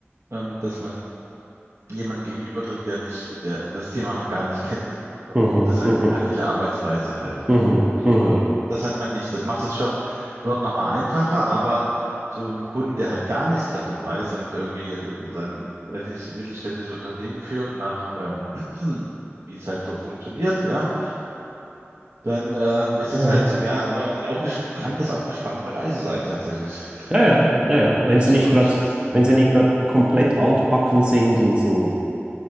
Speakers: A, on the right; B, on the right.
A: ähm, dass man jemand gegenübertritt, der nicht, der das Thema noch gar nicht kennt.
B: Mhm,
A: Das ag-
B: mhm,
A: agile Arbeitsweise halt.
B: mhm,
A: Und ähm,
B: mhm.
A: das hat man nicht. Das macht es schon dort nochmal einfacher, aber zu einem Kunden, der halt gar nichts davon weiß und irgendwie sein, weiß nicht, mittelständisches Unternehmen führt nach, ähm, <clears throat> wie es halt so funktioniert, ja, dann ähm, ist
B: Ja,
A: es halt,
B: ja.
A: ja, aber auch eine, sp- kann das auch eine spannende Reise sein tatsächlich,
B: Ja,
A: ja,
B: ja,
A: wenn,
B: ja, ja.
A: wenn du
B: Wenn
A: das
B: sie
A: so
B: nicht
A: berichtest.
B: gerade, wenn sie nicht gerade komplett altbacken sind und so